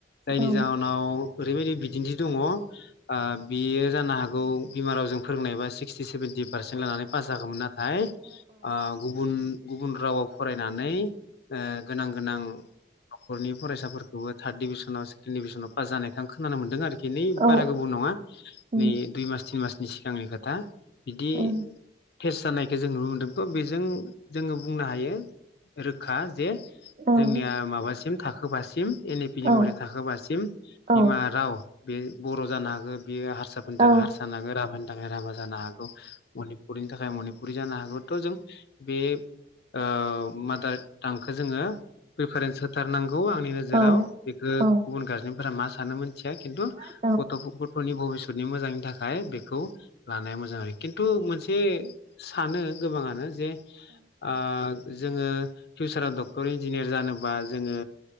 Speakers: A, on the left; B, on the right.
A: जायनि
B: ओं
A: जाउनाव ओरैबायदि बिदिन्थि दङ'आ ओ बियो जानो हागौ बिमा रावजों फोरोंनायबा सिक्सटि सेभेन्टि पारसेन्ट लानानै पास जागौमोन आरो। थाय आ गुबुन गुबुन रावाव फरायनानै ओ गोनां गोनां न'खरनि फरायसाफोरखौबो थार्ड डिभिसनाव सेकेणड डिभिसनाव पास जानायखौ आं खोनानो मोनदों आरो खि
B: औ
A: बारा गोबाव नङा
B: उम
A: नै दुइ मास तिन मासनि सिगांनि खोथा बिदि
B: उम
A: टेस्ट जानायखौ जों नुनो मोन्दों बा बेजों जों बुंनो हाथों रो खा जे
B: ओं
A: जोंनिया माबासिम नों थाखोबासिम <unintelligible> नि उनाव
B: औ
A: थाखो बा सिम
B: औ
A: बिमख राव बे बर' जानो हागो बेयो हारसाफोरनि थाखाय
B: ओ औ
A: हारसा ना गोरामोन <unintelligible> जानो हागौ मनिफुरनि जाकर मनिफु फुरि जानो हागौ थ' जों बे ओ माद्राद खौ जोङो रिपारेन्स होथारनांगौ आंनि नोजोराव
B: औ
A: बेखौ
B: औ
A: गुबुन गारजेनफोरा मा सानो मोनथिया खिन्थु
B: औ
A: गथ' गथ'नि भबितनि मोजांनि थाखाय बे खौ लानाया मोजां आरो किन्थु मोनसे एसे सानो गोबाङानो जे ओ जोङो रा डक्टर इन्जिनियार जानोबा जोङो